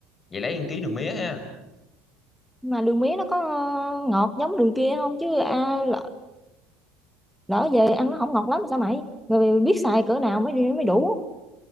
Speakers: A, on the left; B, in the centre.
A: vậy lấy ăn ký đường mía ha
B: mà đường mía nó có ờ, ngọt giống đường kia không chứ à, lỡ, lỡ về ăn nó không ngọt lắm sao mày rồi biết xài cỡ nào mới đi mới đủ